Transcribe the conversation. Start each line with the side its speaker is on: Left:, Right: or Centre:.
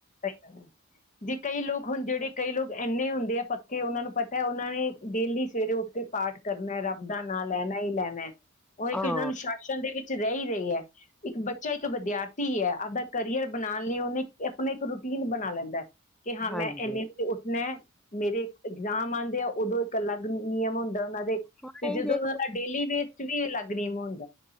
Left: ਸਹੀ <inaudible> ਜੇ ਕਈ ਲੋਕ ਹੁਣ ਜਿਹੜੇ ਕਈ ਲੋਕ ਇੰਨੇ ਹੁੰਦੇ ਆ ਪੱਕੇ ਕਿ ਉਹਨਾਂ ਨੂੰ ਪਤਾ ਹੈ ਉਹਨਾਂ ਨੇ ਡੇਲੀ ਸਵੇਰੇ ਉੱਠ ਕੇ ਪਾਠ ਕਰਨਾ ਹੈ, ਰੱਬ ਦਾ ਨਾਂ ਲੈਣਾ ਹੀ ਲੈਣਾ। ਉਹ ਇੱਕ
Centre: ਹਾਂ
Left: ਜਿਨਾ ਨੂੰ ਛੱਡ ਦੇ ਵਿੱਚ ਰਹਿ ਹੀ ਰਹੀ ਹੈ। ਇੱਕ ਬੱਚਾ ਇੱਕ ਵਿਦਿਆਰਥੀ ਹੈ ਆਪਦਾ ਕਰੀਅਰ ਬਣਾਉਣ ਲਈ ਉਹਨੇ ਆਪਣਾ ਇੱਕ ਰੂਟੀਨ ਬਣਾ ਲੈਂਦਾ ਕਿ ਹਾਂ
Centre: ਹਾਂਜੀ
Left: ਮੈਂ ਇੰਨੇ ਵ ਉੱਠ ਮੈਂ, ਮੇਰੇ ਇਗਜ਼ਾਮ ਆਉਂਦੇ ਆ ਉਦੋਂ ਇੱਕ ਅਲੱਗ ਨਿਯਮ ਹੁੰਦਾ ਉਹਨਾਂ
Centre: ਹਾਂ
Left: ਤੇ ਜਦੋਂ
Centre: ਇਹੀ ਦੇਖ
Left: ਉਹਨਾਂ ਦਾ ਡੇਲੀ ਵੇਸਟ ਵੀ ਅਲੱਗ ਨਿਯਮ ਹੋਣਦਾ।